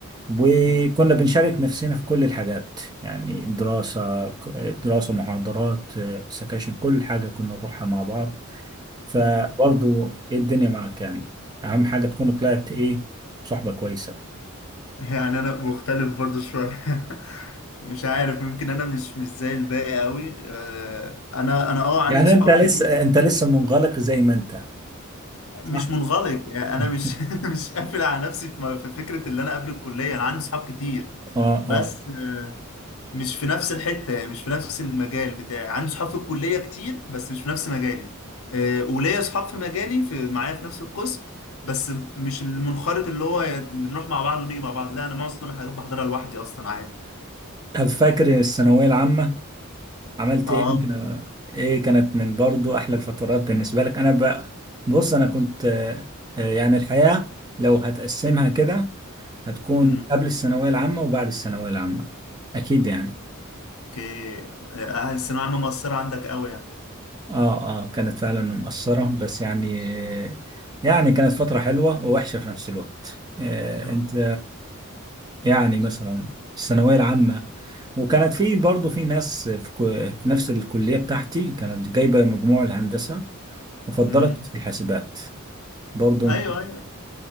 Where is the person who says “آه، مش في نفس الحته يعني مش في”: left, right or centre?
Left